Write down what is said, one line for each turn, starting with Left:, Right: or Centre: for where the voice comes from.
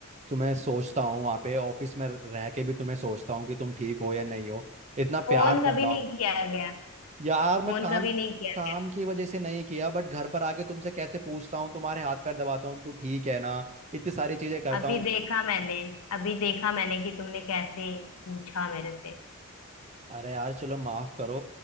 Right: तुम्हें सोचता हूँ वहां पे ऑफिस में रह के भी तुम्हें सोचता हूँ कि तुम ठीक हो या नहीं हो इतना
Left: फोन
Right: प्यार कर
Left: कभी
Right: रहा हूँ
Left: नहीं किया गया
Right: यार मैं
Left: फोन
Right: काम
Left: कभी नहीं किया
Right: काम
Left: गया
Right: की वजह से नहीं किया बट घर पर आके तुमसे कैसे पूछता हूँ तुम्हारे हाथ पैर दबाता हूँ तू ठीक है ना इतनी सारी चीजें करता
Left: अभी
Right: हूँ
Left: देखा मैंने अभी देखा मैंने कि तुमने कैसे पूछा मेरे से
Right: अरे यार चलो माफ करो